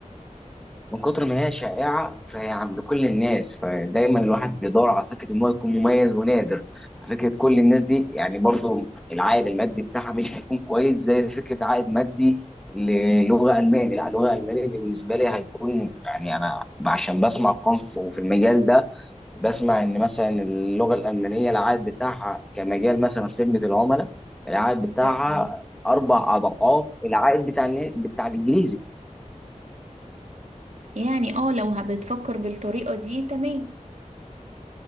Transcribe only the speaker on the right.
تمام.
يعني اه لو بتفكر بالطريقة دي تمام